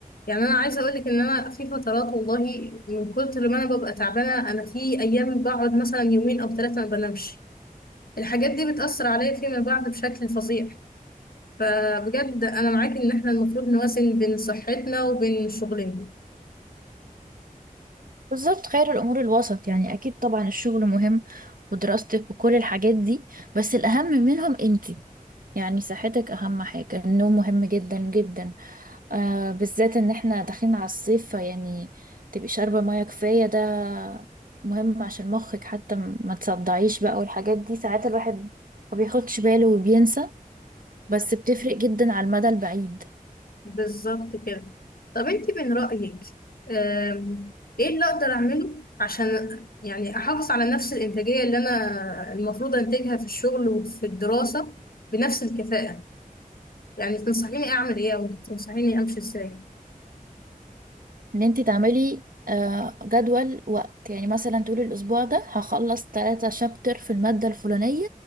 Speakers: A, on the left (about 80°); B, on the right (about 70°).
A: يعني انا عايزه اقولك ان انا في فترات والله من كتر ما انا ببقى تعبانه انا في ايام بقعد مثلا يومين او ثلاثه ما بنامش الحاجات دي بتاثر عليا فيما بعد بشكل فظيع فبجد انا معاك ان احنا المفروض نوازن بين صحتنا وبين شغلنا
B: بالظبط خير الأمور الوسط يعني أكيد طبعا الشغل مهم ودراستك وكل الحاجات دي بس الأهم منهم أنتي يعني صحتك أهم حاجة النوم مهم جدا جدا آه بالذات إن احنا داخلين على الصيف يعني تبقي شاربة مية كفاية ده مهم عشان مخك حتى ما تصدعيش بقى والحاجات دي ساعات الواحد ما بياخدش باله وبينسى بس بتفرق جدا على المدى البعيد
A: بالظبط كده طب انت من رأيك آم، ايه اللي اقدر اعمله عشان يعني احافظ على نفس الانتاجية اللي انا المفروض انتجها في الشغل وفي الدراسة بنفس الكفاءة يعني تنصحيني اعمل ايه او تنصحيني امشي ازاي
B: ان انت تعملي آه، جدول وقت يعني مثلا تقولي الاسبوع ده هخلص ثلاثة شابتر في المادة الفلانية